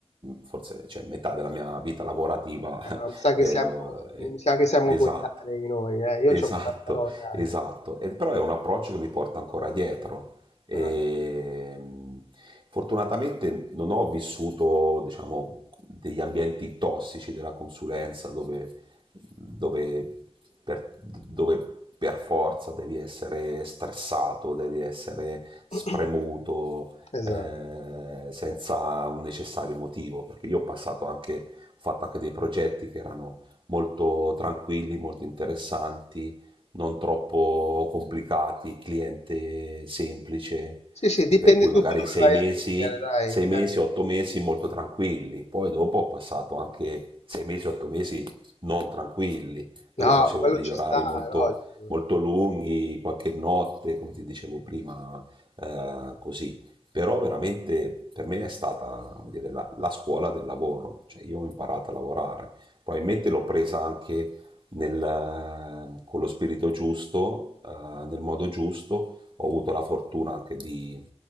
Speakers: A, on the right; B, on the left.
A: forse cioè, metà della mia vita lavorativa
B: Ah, mi sa
A: <laughs>
B: che
A: eh,
B: siamo, mi sa che siamo
A: esatto.
B: coetanei noi, eh. Io
A: Esatto,
B: ho 49
A: esatto.
B: anni.
A: E- però è un approccio che mi porta ancora dietro. E,
B: Ah,
A: mh, fortunatamente non ho vissuto, diciamo, degli ambienti tossici della consulenza dove, dove per, dove per forza devi essere stressato, devi essere spremuto,
B: <clears throat> Esatto.
A: eh, senza un necessario motivo, perché io ho passato anche, ho fatto anche dei progetti che erano molto tranquilli, molto interessanti, non troppo complicati, cliente semplice
B: Sì, sì, dipende
A: e per cui
B: tutto
A: magari
B: dove
A: sei
B: vai
A: mesi,
B: a finire, dai.
A: sei mesi,
B: eh.
A: otto mesi molto tranquilli, poi dopo ho passato anche sei mesi, otto mesi non tranquilli dove
B: No,
A: facevo
B: quello
A: degli
B: ci
A: orari
B: sta,
A: molto,
B: è logico.
A: molto lunghi, qualche notte, come ti dicevo prima, eh, così. Però veramente per me è stata come dire, la, la scuola del lavoro, cioè io ho imparato a lavorare, probabilmente l'ho presa anche nel- con lo spirito giusto, eh, nel modo giusto, ho avuto la fortuna anche di